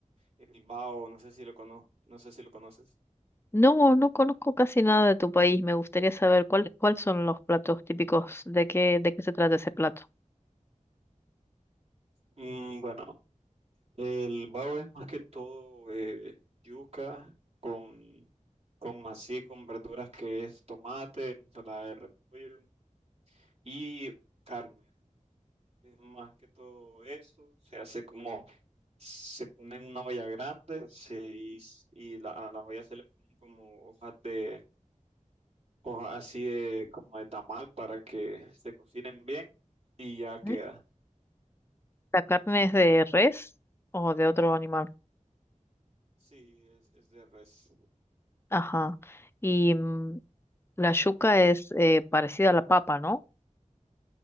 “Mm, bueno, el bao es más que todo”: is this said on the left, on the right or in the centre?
Right